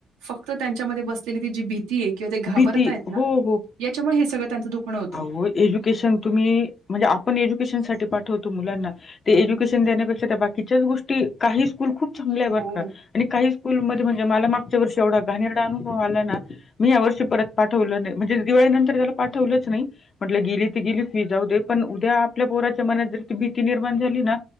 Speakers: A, on the right (about 80°); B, on the left (about 50°).
A: फक्त त्यांच्यामध्ये बसलेली ती जी भीती. ती किंवा ते घाबरताय
B: भीती
A: ना
B: हो,
A: याच्यामुळे हे सगळं त्यांचं दुखणं होतं.
B: होय एजुकेशन. तुम्ही म्हणजे आपण एज्युकेशन साठी पाठवतो मुलांना. ते एज्युकेशन देण्यापेक्षा त्या बाकीच्याच गोष्टी काहीच. स्कूल खूप चांगले
A: हो.
B: बर का काही स्कूलमध्ये म्हणजे मला मागच्या वर्षी. तेवढा घाानरड अुभव आला ना. मी या वर्षी परत पाठवलं नाही म्हणजे दिवाळी नंतर त्याला पाठवलंच नाही म्हटलं गेली तर गेली
A: हं,
B: फी जाऊ दे. पण उद्या आपल्या पोराच्या मनात जर ती भीती निर्माण झाली ना